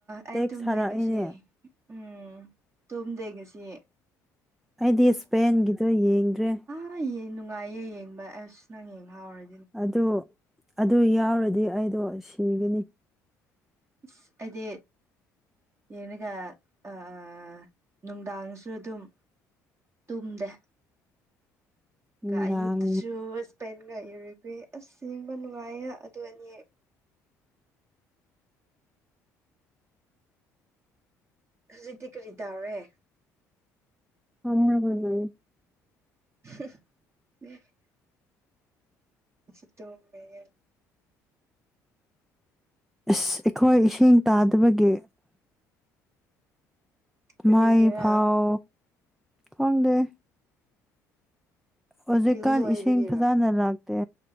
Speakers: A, on the right; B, in the centre.
A: ꯑꯩ
B: ꯇꯦꯛꯁ
A: ꯇꯨꯝꯗꯩ
B: ꯊꯥꯔꯛꯏꯅꯦ
A: ꯉꯁꯤ ꯎꯝ ꯇꯨꯝꯗꯦ ꯉꯁꯤ
B: ꯑꯩꯗꯤ ꯁꯄꯦꯟꯒꯤꯗꯣ ꯌꯦꯡꯗ꯭ꯔꯦ
A: ꯍꯩꯌꯦ ꯅꯨꯡꯉꯥꯏꯌꯦ ꯌꯦꯡꯕ ꯑꯁ ꯅꯪ ꯌꯦꯡꯍꯥꯎꯔ
B: ꯑꯗꯨ ꯑꯗꯨ ꯌꯥꯎꯔꯗꯤ ꯑꯩꯗꯣ ꯁꯤꯒꯅꯤ
A: ꯏꯁ ꯑꯩꯗꯤ ꯌꯦꯡꯔꯒ ꯑꯥ ꯅꯨꯡꯗꯥꯡꯁꯨ ꯑꯗꯨꯝ ꯇꯨꯝꯗꯦ
B: ꯅꯨꯡꯗꯥꯡ
A: ꯒ ꯑꯌꯨꯛꯇꯨꯁꯨ ꯄꯦꯟꯒ ꯌꯨꯔꯨꯒ꯭ꯋꯦ ꯑꯁ ꯌꯦꯡꯕ ꯅꯨꯡꯉꯥꯏꯌꯦ ꯑꯗꯨ ꯑꯅꯤ ꯍꯧꯖꯤꯛꯇꯤ ꯀꯔꯤ ꯇꯧꯔꯦ
B: ꯐꯝꯔꯒ ꯂꯩ
A: <inaudible> ꯑꯩꯁꯨ ꯇꯨꯝꯃꯤꯌꯦ
B: ꯏꯁ ꯑꯩꯈꯣꯏ ꯏꯁꯤꯡ ꯇꯥꯗꯕꯒꯤ
A: ꯀꯔꯤꯒꯤꯔꯥ
B: ꯃꯥꯏ ꯐꯥꯎ ꯈꯪꯗꯦ ꯍꯧꯖꯤꯛꯀꯥꯟ
A: ꯕꯤꯜ ꯂꯣꯏꯕꯒꯤꯔꯣ
B: ꯏꯁꯤꯡ ꯐꯖꯅ ꯂꯥꯛꯇꯦ